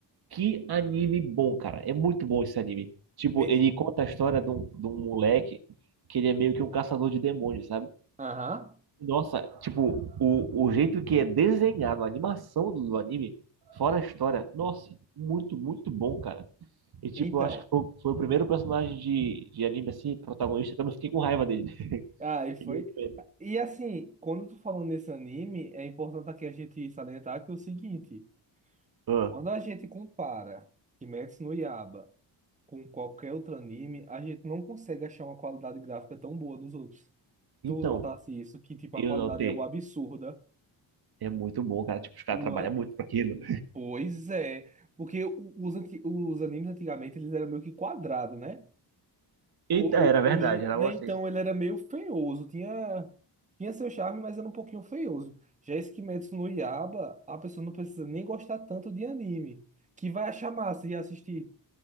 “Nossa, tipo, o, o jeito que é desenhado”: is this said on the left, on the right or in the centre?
Right